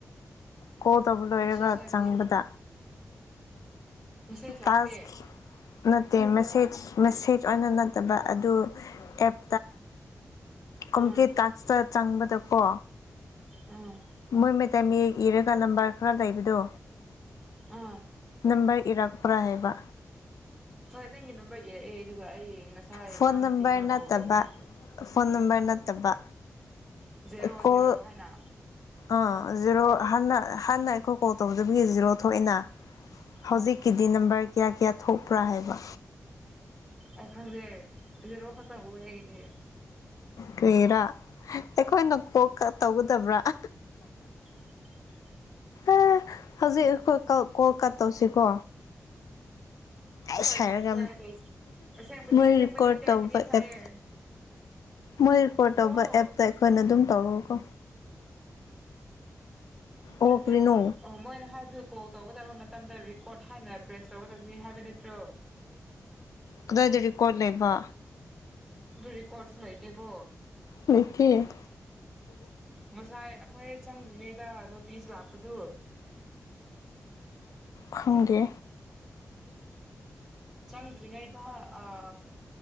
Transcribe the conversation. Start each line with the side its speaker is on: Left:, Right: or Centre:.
Left: ꯀꯣꯜ ꯇꯧꯕ ꯂꯣꯏꯔꯒ
Centre: ꯃꯦꯁꯦꯖ ꯍꯥꯏꯕꯗꯤ
Left: ꯆꯪꯕꯗ꯫
Centre: ꯃꯦꯁꯦꯖ
Left: ꯇꯥꯛꯁ
Centre: ꯂꯥꯛꯇꯦ
Left: ꯈꯤ ꯅꯠꯇꯦ ꯃꯦꯁꯦꯖ ꯃꯦꯁꯦꯖ ꯑꯣꯏꯅ ꯅꯠꯇꯕ ꯑꯗꯨ ꯑꯦꯞ꯫ ꯀꯝꯄ꯭ꯂꯤꯠ
Centre: ꯑꯥ
Left: ꯇꯥꯛꯁꯇ ꯆꯪꯕꯗꯀꯣ
Centre: ꯎꯝ
Left: ꯃꯣꯏ ꯃꯩꯇꯩ ꯃꯌꯦꯛ ꯏꯔꯒ ꯅꯝꯕꯔ ꯈꯔ ꯂꯩꯕꯗꯣ꯫
Centre: ꯑꯥ
Left: ꯅꯝꯕꯔ ꯏꯔꯛꯄ꯭ꯔꯥ ꯍꯥꯏꯕ
Centre: ꯍꯣꯏ ꯅꯪꯒꯤ ꯅꯝꯕꯔ ꯏꯔꯛꯑꯦ ꯑꯗꯨꯒ ꯑꯩ ꯉꯁꯥꯏ
Left: ꯐꯣꯟ
Centre: ꯏꯅꯥꯎꯅꯨꯄꯤ
Left: ꯅꯝꯕꯔ
Centre: ꯑꯃ
Left: ꯅꯠꯇꯕ
Centre: ꯀꯣꯜ ꯇꯧꯕꯩ꯫
Left: ꯐꯣꯟ ꯅꯝꯕꯔ ꯅꯠꯇꯕ
Centre: ꯖꯦꯔꯣ
Left: ꯀꯣꯜ
Centre: ꯖꯦꯔꯣ ꯍꯥꯏꯅ
Left: ꯑꯥ ꯖꯦꯔꯣ ꯍꯥꯅ ꯍꯥꯟꯅ ꯑꯩꯈꯣꯏ ꯀꯣꯜ ꯇꯧꯗꯕꯒꯤ ꯖꯦꯔꯣ ꯊꯣꯛꯏꯅ꯫ ꯍꯧꯖꯤꯛꯀꯤꯗꯤ
Centre: ꯑꯥ
Left: ꯅꯝꯕꯔ ꯀ꯭ꯌꯥ ꯀ꯭ꯌꯥ ꯊꯣꯛꯄ꯭ꯔꯥ ꯍꯥꯏꯕ꯫
Centre: ꯑꯩ ꯈꯪꯗꯦ ꯖꯦꯔꯣ ꯈꯛꯇꯥ ꯎꯑꯦ ꯑꯩꯒꯤꯗꯤ꯫
Left: ꯀ꯭ꯔꯤꯔꯥ ꯑꯩꯈꯣꯏꯅ ꯀꯣꯜ ꯀꯠ ꯇꯧꯒꯗꯕ꯭ꯔꯥ <unintelligible>
Centre: <inaudible>
Left: ꯑꯥ ꯍꯧꯖꯤꯛ ꯑꯩꯈꯣꯏ ꯀꯣꯜꯀꯠ ꯇꯧꯁꯤꯀꯣ꯫ ꯑꯥꯏꯁ
Centre: ꯍꯣꯏ
Left: ꯍꯥꯏꯔꯒ
Centre: ꯌꯦꯡꯁꯦ ꯑꯁꯦꯡꯕꯗꯤ
Left: ꯃꯣꯏ
Centre: ꯑꯁꯦꯡꯕꯗꯤ
Left: ꯔꯦꯀꯣꯔꯠ
Centre: ꯇꯦꯟ
Left: ꯇꯧꯕ
Centre: ꯃꯤꯅꯤꯠꯁ ꯍꯥꯏꯌꯦ
Left: ꯑꯦꯞ ꯃꯣꯏ ꯔꯤꯀꯣꯔꯠ
Centre: ꯑꯣ
Left: ꯇꯧꯕ ꯑꯦꯞꯇ ꯑꯩꯈꯣꯏꯅ ꯑꯗꯨꯝ ꯇꯧꯔꯣꯀꯣ꯫
Centre: ꯅꯠꯇꯦ
Left: ꯑꯣ ꯀꯔꯤꯅꯣ
Centre: ꯑꯣ ꯃꯣꯏꯅ ꯍꯥꯢꯕꯗꯨ ꯀꯣꯜ ꯇꯧꯒꯗꯕ ꯃꯇꯝꯗ ꯔꯤꯀꯣꯔꯠ ꯍꯥꯏꯅ ꯄ꯭ꯔꯦꯁ ꯇꯧꯒꯗꯝꯅꯤ ꯍꯥꯏꯕ ꯅꯠꯇ꯭ꯔꯣ?
Left: ꯀꯗꯥꯏꯗꯥ ꯔꯤꯀꯣꯠ ꯂꯩꯕ꯫
Centre: ꯑꯗꯨ ꯔꯤꯀꯣꯔꯠꯁꯨ ꯂꯩꯇꯦꯀꯣ
Left: ꯂꯩꯇꯦ
Centre: ꯉꯁꯥꯏ ꯑꯈꯣꯏ ꯆꯪꯗ꯭ꯔꯤꯉꯩꯗ ꯅꯣꯇꯤꯁ ꯂꯥꯛꯄꯗꯨ
Left: ꯈꯪꯗꯦ
Centre: ꯆꯪꯗ꯭ꯔꯤꯉꯩꯗ ꯑꯥ